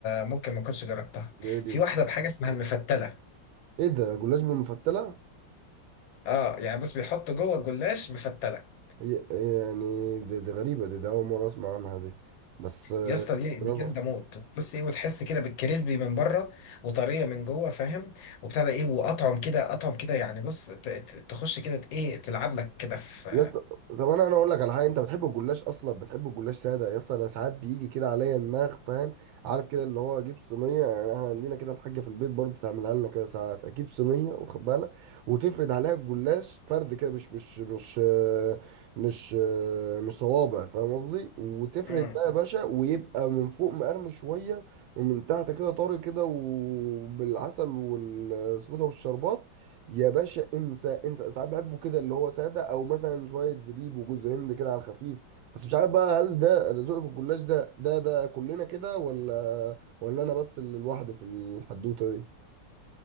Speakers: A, on the left; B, on the right.
A: ممكن ما تكونش جربتها
B: دي دي
A: في واحده بحاجه اسمها المفتله
B: ايه ده جلاش بالمفتله
A: اه يعني بص بيحطوا جوه الجلاش مفتله
B: هي يعني دي, دي غريبه دي ده اول مره اسمع عنها دي بس
A: يا اسطى دي دي
B: جربها
A: جامده موت بص ايه وتحس كده بالكريسبي من بره وطريه من جوه فاهم وبتاع ده ايه واطعم كده اطعم كده يعني بص ت- ت- تخش كده ت- ايه تلعب لك كده في
B: يس... طب انا انا اقول لك على حاجه انت بتحب الجلاش اصلا بتحب الجلاش ساده يا اسطى انا ساعات بيجي كده عليا دماغ فاهم عارف كده اللي هو اجيب صينيه يعني احنا عندنا كده الحاجه في البيت برضو تعملها لنا كده ساعات اجيب صينيه واخد بالك وتفرد عليها الجلاش فرد كده مش مش مش آه، مش آه، مش صوابع فاهم قصدي وتفرد
A: مم.
B: بقى يا باشا ويبقى من فوق مقرمش شويه ومن تحت كده طري كده وبالعسل والسبوته والشربات يا باشا انسى انسى ساعات بحبه كده اللي هو ساده او مثلا شويه زبيب وجوز هند كده على الخفيف بس مش عارف بقى هل ده ذوقي في الجلاش ده ده ده كلنا كده ولا ولا انا بس اللي لوحدي في الحدوته دي